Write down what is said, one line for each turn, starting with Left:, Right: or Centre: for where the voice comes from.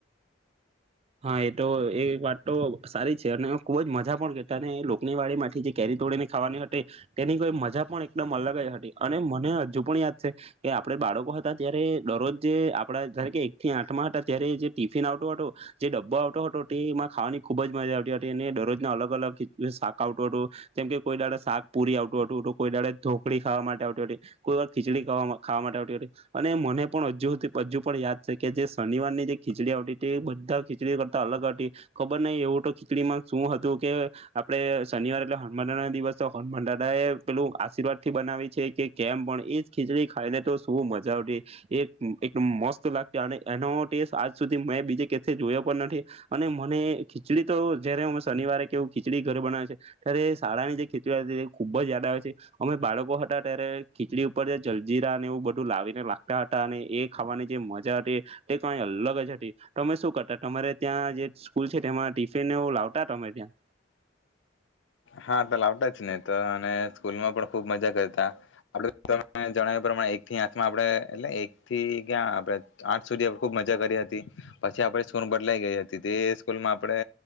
Right: હા એ તો એ વાત તો સારી છે અને ખુબ જ મજા પણ કેતા અને લોકની વાડીમાંથી જે કેરી તોડીને ખાવાની હતી તેની કોઈ મજા પણ એકદમ અલગ જ હતી અને મને હજુ પણ યાદ છે કે આપડ બાળકો હતા ત્યારે દરરોજ જે આપડા જ કે એક થી આઠમાં હતા ત્યારે જે ટિફિન આવતો હતો. જે ડબ્બો આવતો હતો તે એમાં ખાવાની ખૂબ જ મજા આવતી હતી અને દરરોજના અલગ અલગ શાક આવતું હતું જેમ કે કોઈ ડાડે શાક પુરી આવતું હતું તો કોઈ ડાડે ઢોકળી ખાવા માટે આવતી હો હતી, કોઈ વાર ખીચડી ખાવા માટે આવતી હતી અને મને પણ હજુ હજુ પણ યાદ છે કે જે શનિવારની જે ખીચડી આવતી હતી એ બધા ખીડી કરતા અલગ હતી ખબર નહ એવું તો ખીચડી માં શું હતું કે આપડે શનિવાર એટલે હનુમાના દિવસ હતો હનુમાન દાદા એ પેલું આશીર્વાદ થી બનાવી છે કે કેમ પણ એજ ખીચડી ખાઈ લ તો શ મજા આવતી એ મસ્ત લાગતી અને એનો ટેસ્ટ આજ સુધી મે બીજ જોયો પણ નથી, અને મને ખીચડી તો જયારે અમે શનિવારે કેવું ખીચડી ઘર બનાવે છે, ત્યારે શાળાની જે ખીચડી હતી તે ખુબ જ યાદ આવે છે, અમે બાળકો હતા ત્યારે ખીચડી ઉપર જે જલજીરા અને એવું બધું લાવીને લાગતા હતા અને એ ખાવાની જે મજા હતી, તે કઈ અલગ જ હતી તો અમે શું કરતા તમારે ત્યાં જે સ્કૂલ છે તેમાં ટિફિન એવું લાવતા તમે ત્યાં?
Left: હા તો લાવતા જ ને તો અને સ્કૂલ માં પણ ખુબ મજા કરતા, આપ ત જણાવ્યા પ્રમાણે એક થી આઠમાં આપણે એટલે એક થી ક્યા આપ આઠ સુધી ખુબ મજા કરી હતી, પછી આપ સ્કૂલ બદલાઈ ગઈ હતી તે સ્કૂલમાં આપણે,